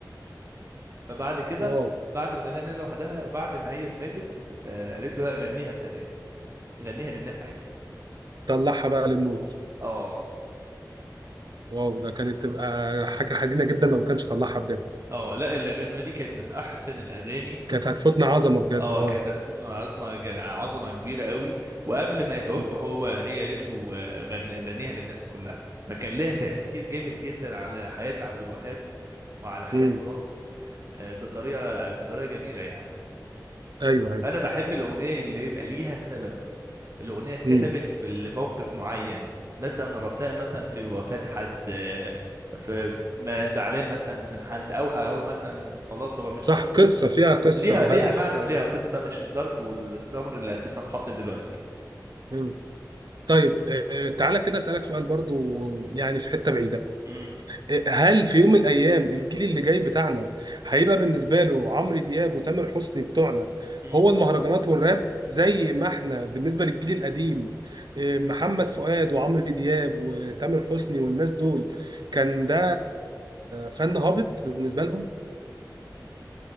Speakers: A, on the right; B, on the right.
A: فبعد كده
B: واو
A: بعد ما غناها لها لوحدها بعد ما هي ماتت آه، قالت له لا غنيها انت تاني غنيها للناس عادي
B: طلعها بقى للنور
A: اه
B: واو ده كانت تبقى حاجة حزينة جدا لو ما كانش طلعها بجد
A: اه لا الاغنيه دي كانت من احسن الاغاني
B: كانت هتفوتنا عظمة بجد
A: اه
B: اه
A: كانت هتفوت عظمه ج- عظمه كبيره قوي وقبل ما يتوفى
B: مم.
A: هو هي قالت له آه، غني غنيها للناس كلها فكان لها تاثير جامد جدا على حياه عبد الوهاب وعلى حياه
B: مم.
A: مراته آه، بطريقه بطريقه جميله يعني
B: ايوه ايوه
A: فانا بحب الاغنيه اللي يبقى ليها سبب الاغنيه اتكتبت
B: مم.
A: في موقف معين مثلا رثاء مثلا في وفاه حد آه، في ما زعلان مثلا من حد او او مثلا خلاص هو مش
B: صح قصة فيها قصة
A: ليها
B: او
A: ليها
B: هدف
A: معنى وليها قصة مش الضرب والزمر اللي أساسا حاصل دلوقتي
B: مم. طيب آه، تعالى كده اسألك سؤال برضو يعني في حتة بعيدة
A: مم.
B: هل في يوم من الايام الجيل اللي جاي بتاعنا هيبقى بالنسبه له عمرو دياب وتامر حسني بتوعنا
A: مم.
B: هو المهرجانات والراب زي ما احنا بالنسبه للجيل القديم إيه، محمد فؤاد وعمرو دياب وتامر حسني والناس دول كان ده فن هابط بالنسبه لهم